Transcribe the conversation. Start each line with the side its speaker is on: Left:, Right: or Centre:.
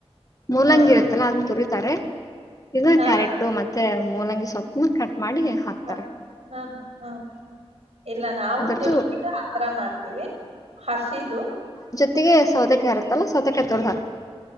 Left: ಮೂಲಂಗಿ
Right: ಹಾ
Left: ಇರತ್ತಲ್ಲ ಅದ್ನ್ ತುರಿ ತಾರೆ ಇದ್ನ
Right: ಹಾ
Left: ಕ್ಯಾರೆಟು ಮತ್ ತ್ತೆ ಮೂಲಂಗಿ ಸ್ವಪ್ನ ಕಟ್ ಮಾಡಿ ಹಾಕ್ತಾರೆ
Right: ಹ ಹಾ ಹ ಇಲ್ಲ ನಾವು
Left: ಅದ್ರದ್ದು
Right: ತುರ್ದ್ ಬಿಟ್ಟ ಆತರ ಮಾಡ್ತೀವಿ ಹಸಿದು
Left: ಜತ್ತಿಗೆ ಸೌತೆಕ ಇರುತ್ತಲ್ಲ ಸೌತೆಕ ತುರ್ದ ಹಾಕ್